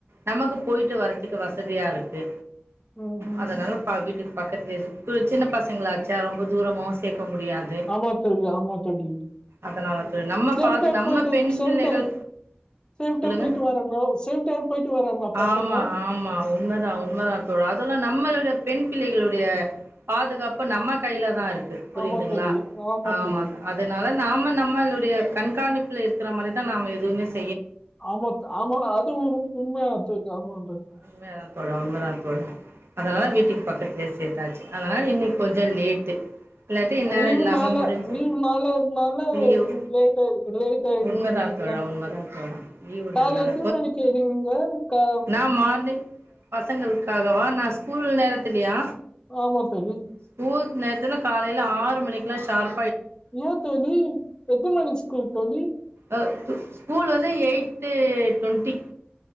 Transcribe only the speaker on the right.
நமக்கு போயிட்டு வர்றதுக்கு வசதியா இருக்கு
அதனால்லப்பா வீட்டுக்கு பக்கத்துலயே இருக் டொல் சின்ன பசங்களாச்சா ரொம்ப தூரமாவு சேக் சேக்க முடியாது
அதனாலதா நம்ம
பா நம்ம
பெண்
பிள்ளைகள்
சொல்லுங்க
ஆமா ஆமா உண்மதா உண்மதா தோழா அதெல்லா நம்மளுடைய பெண் பிள்ளைகளுடைய பாதுகாப்பு நம்ம கையிலதா இருக் கு புரியுதுங்களா
ஆமா
அதனால நாம நம்மளுடைய கண்காணிப்பில இருக்கிற மாரிதா நாம எதுவுமேஸ்
உண்மையாதா தோழா உண்மதா தோழா அதனால வீட்டுக்கு பக்கத்துலயே சேத்தாச்சு அதனால இன்னிக்கு கொஞ்ச லேட்டு இல்லாட்டி இந்நேரம்
எல்லாமே
முடிஞ்சு
லீவு.
உண்மதா
தோழா உண்மதா தோழா. லீவுன்றதுனால
நா மார்னிங் பசங்களுக்காகவா நா ஸ்கூல் நேர த்தில்லையா
ஸ்கூல் நேரத்துல காலையில ஆறு மணி த்துல சார்
அ ஸ்கூல் வந்து எயிட்டு டுவெண்ட்டி